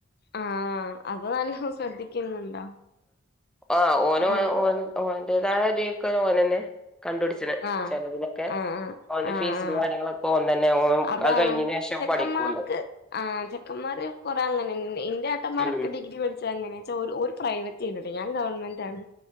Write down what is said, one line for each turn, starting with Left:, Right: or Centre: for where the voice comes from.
Left: ആഹ് അത് നല്ലോം ശ്രദ്ധിക്കുന്നുണ്ടോ
Centre: ആഹ് ഓന്
Left: ആഹ്
Centre: ഓ ഓൻ <unintelligible> ഉപയോഗിക്കാനു ഓനെന്നേ കണ്ടുപിടിച്ചണ്
Left: ആഹ്
Centre: ചെലവിനൊക്കെ
Left: ആഹ് ആഹ്
Centre: ഓന്റെ
Left: ആഹ്
Centre: ഫീസും
Left: ആഹ്
Centre: കാര്യങ്ങളൊക്കെ ഓൻ തന്നെ ഓൻ
Left: അതാണ്
Centre: അത് കഴിഞ്ഞതിന് ശേഷം
Left: ചെക്കന്മാർക്ക്
Centre: പണിക്കൂണ്ട്
Left: ആഹ് ചെക്കന്മാര് കൊറേ അങ്ങനെ ഇണ്ട് ഇന്റെ ഏട്ടന്മാരെ
Centre: ഉം
Left: ക്കെ ഡിഗ്രി പഠിച്ചതങ്ങനെയാച്ചാ ഓര് ഓര് പ്രൈവറ്റെയ്‌നിയ്ട്ടോ ഞാൻ ഗവൺമെന്റ് ആണ്